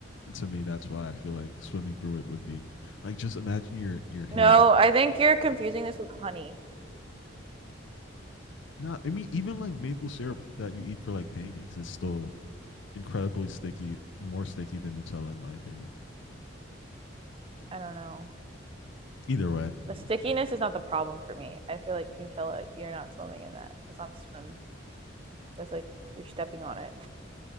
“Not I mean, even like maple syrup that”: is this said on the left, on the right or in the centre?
Left